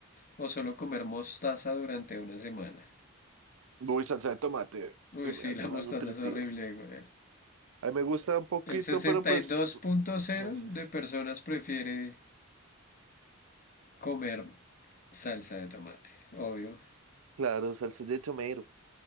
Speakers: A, on the left; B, on the right.
A: o solo comer mostaza durante una semana?
B: Uy, salsa de tomate.
A: Uy,
B: Se
A: sí,
B: me hace
A: la
B: más
A: mostaza
B: nutritiva.
A: es horrible, güey.
B: A mí me gusta un poquito,
A: El sesenta
B: pero pues,
A: y dos punto cero
B: no
A: de
B: sé.
A: personas prefiere comer salsa de tomate. Obvio,
B: Claro, salsa de tomate.